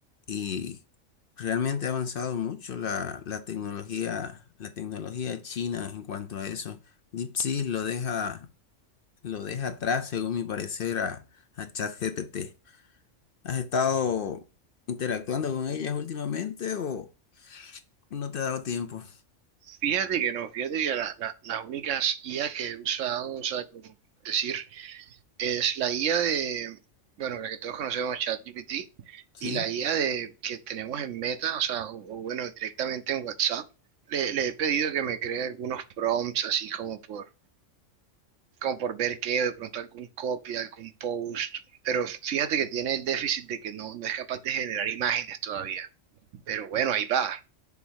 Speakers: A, on the left; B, on the right.
A: y realmente ha avanzado mucho la, la tecnología, la tecnología china en cuanto a eso. DeepSeek lo deja, lo deja atrás, según mi parecer, a, a ChatGPT. ¿Has estado interactuando con ellas últimamente o no te ha dado tiempo?
B: Fíjate que no, fíjate que la- la- las únicas IA que he usado, o sea, como decir, es la IA de, bueno, la que todos conocemos, ChatGPT,
A: ¿Sí?
B: y la IA de, que tenemos en Meta, o sea, o, o bueno, directamente en WhatsApp. Le, le he pedido que me cree algunos prompts, así como por, como por ver qué, o de pronto algún copy, algún post. Pero fíjate que tiene el déficit de que no, no es capaz de generar imágenes todavía. Pero bueno, ahí va.